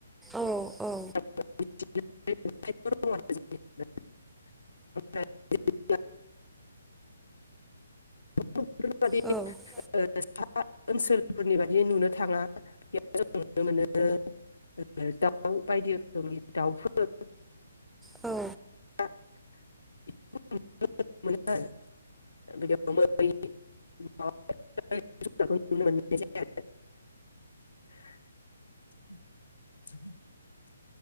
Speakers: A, in the centre; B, on the left.
A: औ औ
B: <unintelligible> <unintelligible> <unintelligible>
A: औ
B: सा ओनसोलफोरनि बाददि नुनो थाङा जों नुनो मोनो दाउ बायदि रोखोमनि दाउफोर
A: औ
B: <unintelligible> <unintelligible>